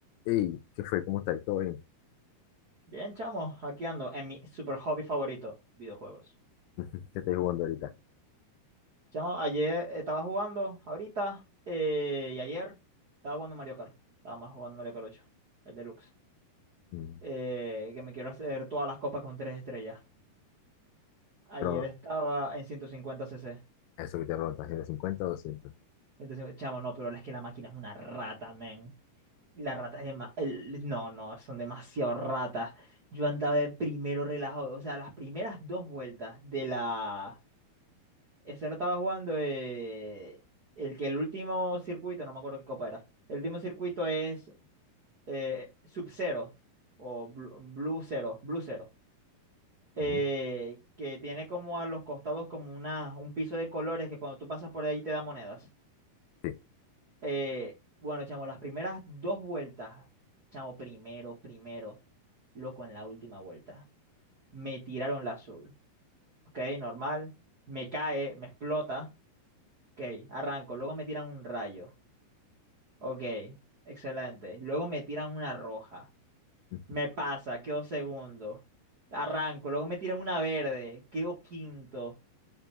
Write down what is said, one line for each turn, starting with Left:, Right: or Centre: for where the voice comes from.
Left: Ey, ¿qué fue? ¿Cómo estáis? ¿Todo bien?
Right: Bien, chamo, aquí ando en mi super hobby favorito, videojuegos.
Left: <laughs> ¿Qué estáis jugando ahorita?
Right: Chamo, ayer estaba jugando, ahorita eh, y ayer estaba jugando Mario Kart. Estaba más jugando Mario Kart ocho, el deluxe.
Left: Mm,
Right: Eh, que me quiero hacer todas las copas con tres estrellas. Ayer
Left: Pero
Right: estaba en ciento cincuenta cc
Left: eso que te preguntas, ¿si cincuenta 50 o 200?
Right: entonces Chamo, no, pero es que la máquina es una rata, men. La rata es dema- el- No, no, son demasiado ratas. Yo andaba de primero relajado. O sea, las primeras dos vueltas de la. Ese lo estaba jugando eh, el que el último circuito, no me acuerdo qué copa era. El último circuito es eh, Sub-Zero o Blu- Blue, Zero, Blue Zero, eh,
Left: Ujú,
Right: que tiene como a los costados como una, un piso de colores que cuando tú pasas por ahí te da monedas.
Left: Sí.
Right: Eh, bueno, chamo, las primeras dos vueltas, chamo, primero, primero, loco, en la última vuelta. Me tiraron la azul, ok, normal, me cae, me explota, ok, arranco, luego me tiran un rayo. Ok, excelente. Luego me tiran una roja.
Left: <laughs>
Right: Me pasa, quedo segundo. Arranco, luego me tiran una verde, quedo quinto.